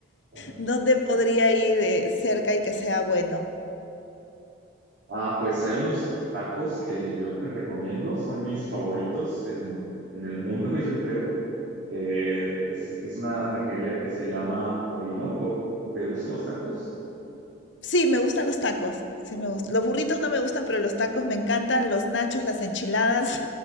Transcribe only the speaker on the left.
¿dónde podría ir eh, cerca y que sea bueno?
Sí, me gustan los tacos. Sí, me gustan. Los burritos no me gustan, pero los tacos me encantan, los nachos, las enchiladas